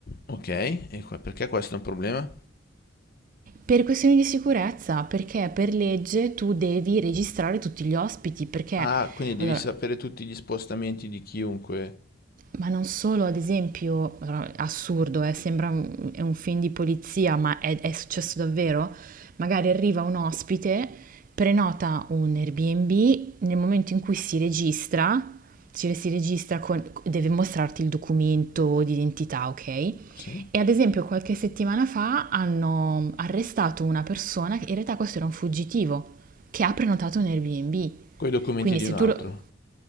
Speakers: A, on the left; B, on the right.
A: Ok, e qua- perché questo è un problema?
B: Per questioni di sicurezza, perché per legge tu devi registrare tutti gli ospiti, perché
A: Ah, quindi devi
B: allora
A: sapere tutti gli spostamenti di chiunque.
B: Ma non solo, ad esempio, allora, assurdo, eh, sembra un, è un film di polizia, ma è, è successo davvero? Magari arriva un ospite, prenota un Airbnb, nel momento in cui si registra, si si registra con, deve mostrarti il documento d'identità, ok?
A: Sì?
B: E ad esempio qualche settimana fa hanno arrestato una persona, che in realtà questo era un fuggitivo, che ha prenotato un Airbnb.
A: Coi documenti
B: Quindi
A: di
B: se
A: un altro.
B: tu lo-